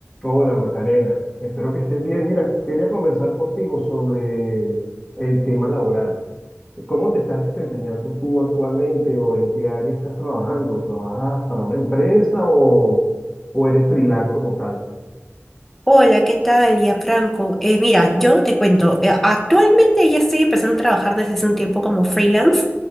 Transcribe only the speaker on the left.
Hola Macarena, espero que estés bien. Mira, quería conversar contigo sobre el tema laboral. ¿Cómo te estás desempeñando tú actualmente o en qué área estás trabajando? ¿Trabajas para una empresa o, o eres freelance como tal?